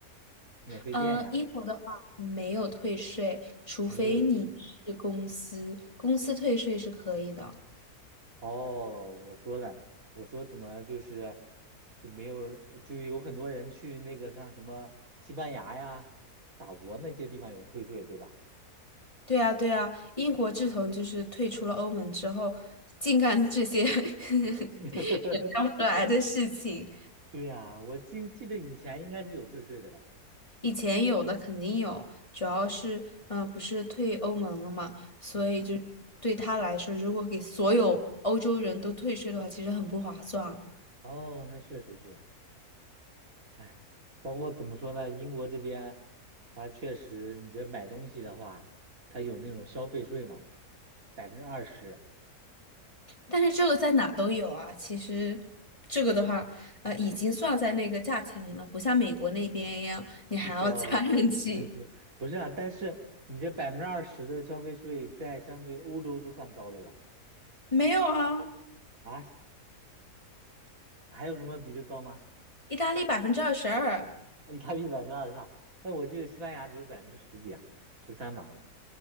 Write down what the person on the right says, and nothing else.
免税店呀。
嗯，
哦，我说了，我说怎么就是就没有人就有很多人去那个像什么西班牙呀、法国那些地方有退税，对吧？
<laughs> 对呀、我记记得以前应该是有退税的吧？
嗯。
哦，那确实是，哎，包括怎么说呢，英国这边，它确实，你这买东西的话，它有那种消费税嘛，百分之二十，
叫，
<laughs> 不，不是啊，但是你这百分之二十的消费税，在相对欧洲都算高的了
啊，还有什么比这高吗？
意大利百分之二十啊，但我记得西班牙只有百分之十几啊，十三吧，好像